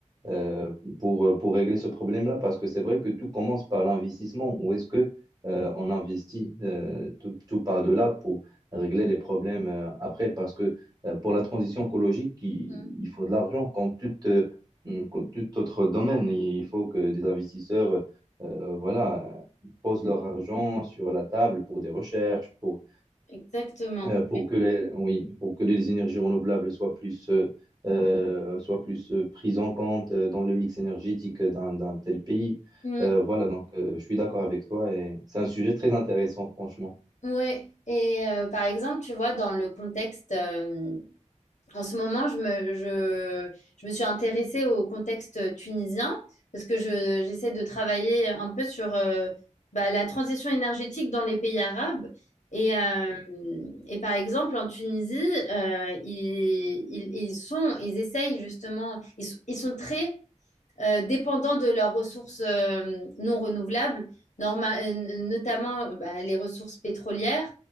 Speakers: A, on the right (about 30°); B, on the left (about 70°).
A: euh, pour, pour régler ce problème-là, parce que c'est vrai que tout commence par l'investissement. Où est-ce que euh, on investit euh, tout, tout par de là pour régler les problèmes euh, après? Parce que euh, pour la transition écologique, il,
B: Mm.
A: il faut de l'argent, comme tout euh, hum, comme tout autre domaine. Il faut que des investisseurs euh, voilà, posent leur argent sur la table pour des recherches, pour
B: exactement.
A: euh, pour que les, oui, pour que les énergies renouvelables soient plus, euh, euh, soient plus euh, prises en compte euh, dans le mix énergétique d'un, d'un tel pays.
B: Mm.
A: Euh, voilà, donc euh, je suis d'accord avec toi et c'est un sujet très intéressant, franchement.
B: Ouais. Et euh, par exemple, tu vois, dans le contexte euh, en ce moment, je me, je, je me suis intéressée au contexte tunisien parce que je- j'essaie de travailler un peu sur euh, bah, la transition énergétique dans les pays arabes. Et, euh, et par exemple, en Tunisie, euh, ils, ils, ils sont, ils essayent justement, ils, sont- ils sont très euh, dépendants de leurs ressources euh, non renouvelables, norma- euh, notamment bah, les ressources pétrolières